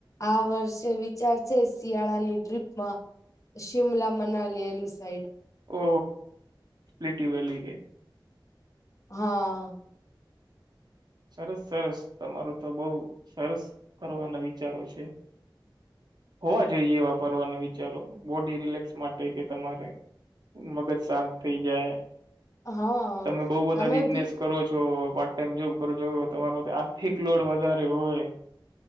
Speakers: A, on the left; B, on the right.
A: આ વર્ષે વિચાર છે શિયાળાની ટ્રીપમાં શિમલા મનાલી એની સાઈડ.
B: ઓ કવિ્ટી વેલી કે
A: હા
B: સરસ સરસ તમાર તો બઉ સરસ ફરવાના વિચારો છે હોવા જોઈએ એવા ફરવાના વિચારો બોડી રિલેક્સ માટે કે તમારે મગજ શાંત થઈ જાય.
A: હા
B: તમે બહું બધા બિઝનેસ
A: બી
B: કરો છો તેમ જો કરો છો તમારા માટે આર્થિક લોડ વધારે હોય.